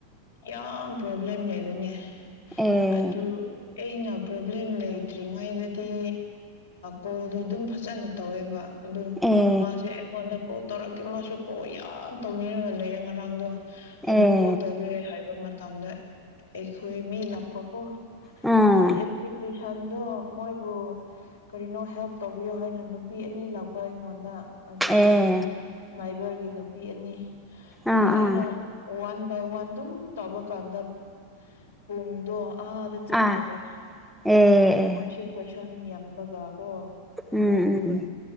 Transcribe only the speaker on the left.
ꯌꯥꯝ ꯄ꯭ꯔꯣꯕ꯭ꯂꯦꯝ ꯂꯩꯕꯅꯦ
ꯑꯗꯨ ꯑꯩꯅ ꯄ꯭ꯔꯣꯕ꯭ꯂꯦꯝ ꯂꯩꯇ꯭ꯔꯤꯉꯩꯗꯗꯤ ꯀꯣꯜꯗꯣ ꯑꯗꯨꯝ ꯐꯖꯅ ꯇꯧꯋꯦꯕ ꯑꯗꯨ
ꯃꯥꯁꯦ ꯑꯩꯉꯣꯟꯗ ꯀꯣ ꯇꯧꯔꯛꯀꯦ ꯃꯥꯁꯨ ꯀꯣ ꯌꯥꯝ ꯇꯧꯅꯤꯡꯔꯨꯔ ꯂꯩꯦ ꯉꯔꯥꯡꯗꯣ ꯑꯗꯨ
ꯀꯣꯠꯇꯒꯦ ꯍꯥꯏꯕ ꯃꯇꯝꯗ ꯑꯩꯈꯣꯏ ꯃꯤ ꯂꯥꯛꯄꯀꯣ
ꯁꯤ ꯑꯦꯄ꯭ꯀꯦ ꯁꯟꯗꯣ ꯃꯣꯏꯕꯨ ꯀꯔꯤꯅꯣ ꯍꯦꯜꯞ ꯇꯧꯕꯤꯌꯣ ꯍꯥꯏꯅ ꯅꯨꯄꯤ ꯑꯅꯤ ꯂꯥꯛꯄ ꯑꯩꯉꯣꯟꯗ ꯑꯗꯨꯒꯤ
ꯃꯥꯏꯕꯔꯒꯤ ꯅꯨꯄꯤ ꯑꯅꯤ ꯑꯗꯨ
ꯑꯩꯅ
ꯋꯥꯟ ꯕꯥꯏ ꯋꯥꯟ ꯑꯗꯨꯝ ꯇꯧꯕ ꯀꯥꯟꯗ ꯄꯨꯡꯗꯣ ꯑꯥꯗ ꯆꯠꯈ꯭ꯔꯦꯕ
ꯃꯣꯏꯁꯤꯦ ꯀꯣꯏꯁꯟ ꯌꯥꯝꯕꯒ ꯑꯣꯣ ꯑꯗꯨ
ꯋꯥ